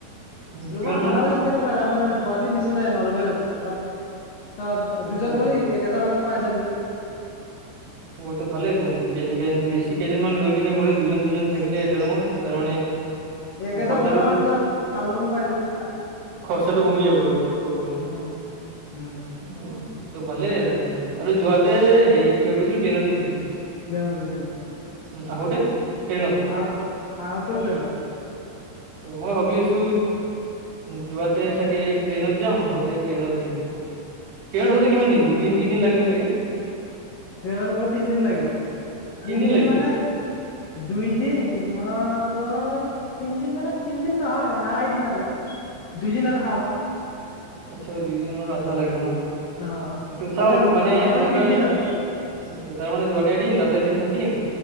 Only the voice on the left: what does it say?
ৰুমৰ
ভাড়া
বিলাক। কেনেকুৱা আৰু আমাৰ গুৱাহাটীৰ নিচিনাই নৰৰ্মেল আৰু ধৰা তাত
দুজন গলি এক হেজাৰ মানত। পাই যাবি।
এক হেজাৰ
বাৰশ মানৰ ভিতৰত ভাল ৰুম পাই যাবি
উম উম,
প্লেনত গৈছিলোঁ।
আহ আহোতো ট্ৰেনত।
ট্ৰেনত গ'লে তিনদিন লাগিব
তিনদিন
মানে। দুইদিন ধৰা তোৰ। তিনদিন মানে তিনদিন নহয় আঢ়াই দিন আৰু দুইদিন আৰু হাফ।
অ
মতে ম
মোটামুটি
তিনিদিন আৰু।